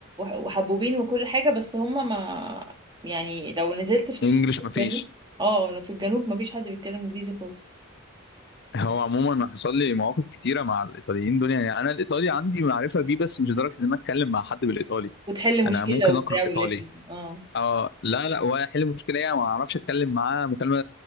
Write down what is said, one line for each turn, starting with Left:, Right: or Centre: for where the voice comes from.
Right: وحبوبين وكل حاجة بس هم ما يعني لو نزلت في خصوص
Left: انجلش
Right: في
Left: مفيش
Right: الجنوب اه لو في الجنوب ما فيش حد بيتكلم انجليزي خالص
Left: هو عموما أنا حصل لي مواقف كتيره مع الايطاليين دول يعني انا الايطالي عندي معرفه بيه بس مش لدرجه ان انا اتكلم مع حد بالايطالي
Right: وتحل
Left: انا
Right: مشكلة
Left: ممكن
Right: وبتاع
Left: اقرا
Right: وليفل
Left: ايطالي
Right: اه
Left: اه لا لا ولا احل مشكله يعني ما اعرفش اتكلم معاه مكالمه